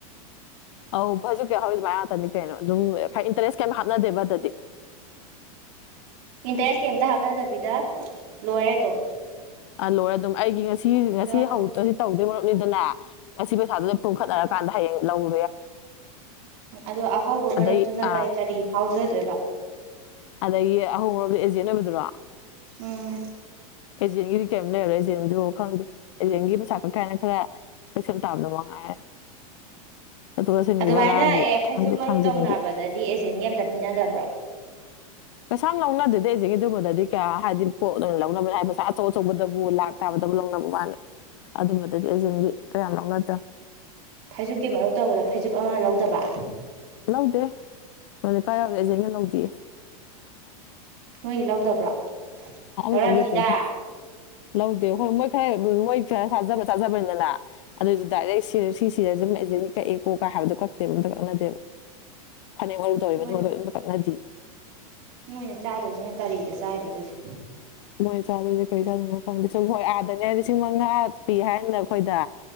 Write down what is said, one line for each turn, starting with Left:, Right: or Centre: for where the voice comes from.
Left: ꯑꯧ ꯍꯧꯖꯤꯛꯀꯤ ꯍꯧꯖꯤꯛ ꯃꯥꯏ ꯉꯥꯛꯇꯅꯤ ꯀꯩꯅꯣ ꯑꯗꯨꯝ ꯈꯔ ꯏꯟꯇꯔꯦꯁ ꯀꯩꯝ ꯍꯥꯞꯅꯗꯦꯕ ꯑꯗꯨꯗꯤ <inaudible>
Right: ꯏꯟꯇꯔꯦꯁ ꯀꯩꯝꯇ ꯍꯥꯞꯅꯗꯕꯤꯗ ꯂꯣꯏꯔꯦ ꯑꯗꯨꯝ
Left: ꯂꯣꯏꯔꯦ ꯑꯗꯨꯝ ꯑꯩꯒꯤ ꯉꯁꯤ ꯉꯁꯤ
Right: ꯑꯗꯣ
Left: ꯍꯧ ꯇꯧꯗꯣꯏ ꯃꯔꯨꯞꯅꯤꯗꯅꯦ ꯉꯁꯤ ꯄꯩꯁꯥꯗꯨꯗ ꯄꯨꯨꯝꯈꯠꯅꯔ ꯀꯥꯟꯥꯏꯌꯦ ꯂꯧ
Right: ꯑꯗ ꯑꯍꯧꯕ
Left: ꯑꯗꯩ
Right: ꯃꯔꯨꯞꯇꯨꯅ
Left: ꯑꯥ
Right: ꯀꯔꯤ ꯐꯥꯎꯖꯗꯣꯏꯕ
Left: ꯑꯗꯒꯤ ꯑꯍꯣꯡ ꯃꯔꯣꯗ ꯑꯦꯖꯦꯟ ꯑꯣꯏꯕꯗꯨꯔꯣ
Right: ꯎꯝ
Left: ꯑꯦꯖꯦꯟꯒꯤꯗꯤ ꯀꯩꯝ ꯂꯩꯔꯦ ꯑꯦꯖꯦꯟꯁꯨ ꯈꯪꯗꯦ ꯑꯦꯖꯦꯟꯒꯤ ꯄꯩꯁꯥ ꯀꯪꯀꯥꯏꯅ ꯈꯔ ꯄꯩꯁꯟ ꯇꯥꯕꯗꯣ ꯃꯉꯥꯏꯔꯦ ꯆꯠꯊꯣꯛ ꯆꯠꯁꯤꯟꯒꯤ
Right: ꯑꯗꯨꯃꯥꯏꯅ
Left: ꯚꯔꯥꯒꯤ
Right: ꯑꯦ ꯐꯩꯖꯨꯞ
Left: ꯊꯥꯡꯗꯣꯛ
Right: ꯃꯔꯨꯞ
Left: ꯊꯥꯡꯖꯤꯟꯒꯤ
Right: ꯇꯧꯅꯕꯗꯗꯤ ꯑꯦꯖꯦꯟꯒ ꯑꯝꯇ ꯄꯤꯅꯗꯕ꯭ꯔꯣ
Left: ꯀꯩꯁꯥ ꯌꯥꯝ ꯂꯧꯅꯗꯦ ꯑꯩꯁꯦ ꯀꯩꯗꯨꯝꯕꯗꯗꯤ ꯀꯌꯥ ꯍꯥꯏꯗꯤ ꯄꯣꯠ ꯂꯧꯅꯕꯅ ꯍꯥꯏ ꯄꯩꯁ ꯑꯆꯧ ꯑꯆꯧꯕ ꯗꯕꯨ ꯂꯥꯛ ꯇꯥꯕꯗꯕꯨ ꯂꯧꯅꯕ ꯋꯥꯅꯤ ꯑꯗꯨꯝꯕꯗꯗꯤ ꯑꯦꯖꯦꯟꯒꯤ ꯀꯌꯥꯝ ꯂꯧꯅꯗꯕ
Right: ꯐꯩꯖꯨꯞꯀꯤ ꯃꯔꯨꯞ ꯇꯧꯕꯗ ꯐꯩꯖꯨꯞ ꯑꯃ ꯂꯧꯗꯕ
Left: ꯂꯧꯗꯦ ꯃ ꯂꯩꯀꯥ ꯌꯥꯗ ꯑꯦꯖꯦꯟꯅ ꯂꯧꯗꯦ
Right: ꯃꯣꯏꯒꯤ ꯂꯧꯗꯕ꯭ꯔꯣ ꯂꯧꯔꯑꯝꯅꯤꯗ
Left: ꯂꯧꯈꯤꯗꯦ ꯑꯗꯨꯝ ꯂꯧꯗꯦ ꯍꯣꯏ ꯃꯣꯏ ꯈꯔ ꯃꯣꯏ ꯈꯔ ꯊꯥꯖꯕ ꯇꯥꯖꯕꯅꯤꯅ ꯑꯗꯨꯏꯁꯨ ꯗꯥꯏꯔꯦꯛ ꯁꯤꯔ ꯁꯤ ꯁꯤꯔ ꯀꯛꯑꯦ ꯀꯣ ꯀꯥꯏ ꯍꯥꯏꯕꯗꯣ ꯀꯛꯇꯦꯕ ꯑꯝꯇ ꯀꯛꯅꯗꯦꯕ ꯐꯅꯦꯛ ꯃꯔꯨ ꯇꯧꯋꯤ ꯃꯇꯨꯡ
Right: ꯃꯣꯏꯅ
Left: ꯌꯝꯇ ꯀꯛꯅꯗꯦ
Right: ꯃꯣꯏꯅ ꯆꯥꯗꯣꯏꯁꯤꯅ ꯀꯔꯤꯗ ꯆꯥꯏꯕ ꯑꯗꯨꯗꯤ
Left: ꯃꯣꯏ ꯆꯥꯗꯣꯏꯗꯤꯦ ꯀꯔꯤ ꯆꯥꯗꯣꯏꯅꯣ ꯈꯪꯗꯦ ꯁꯨꯝ ꯍꯣꯏ ꯑꯥꯗꯅꯤ ꯍꯥꯏꯔꯗꯤ ꯁꯤ ꯉꯥꯄꯤꯤ ꯍꯥꯏꯅ ꯑꯩꯈꯣꯏꯗ